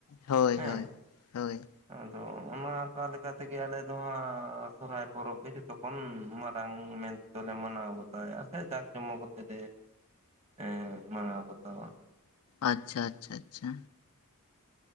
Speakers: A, on the left; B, on the right.
A: ᱦᱳᱭ
B: ᱦᱮᱸ
A: ᱦᱳᱭ ᱦᱳᱭ
B: ᱟᱫᱚ ᱚᱱᱟ ᱟᱠᱟ ᱞᱮᱠᱟ ᱛᱮᱜᱮ ᱟᱞᱮ ᱫᱚ ᱦᱟᱸᱜ ᱥᱚᱨᱦᱟᱭ ᱯᱚᱨᱚᱵᱽ ᱜᱮ ᱡᱚᱛᱚ ᱠᱷᱚᱱ ᱢᱟᱨᱟᱝ ᱢᱮᱱ ᱛᱚᱞᱮ ᱢᱟᱱᱟᱣ ᱵᱟᱛᱟᱣᱮᱜ-ᱟ ᱥᱮ ᱡᱷᱟᱠ ᱡᱚᱢᱚᱠ ᱠᱚᱛᱮ ᱯᱮ ᱮᱸ ᱢᱟᱱᱟᱣ ᱵᱟᱛᱟᱣᱟ
A: ᱟᱪᱪᱷᱟ ᱟᱪᱪᱷᱟ ᱟᱪᱪᱷᱟ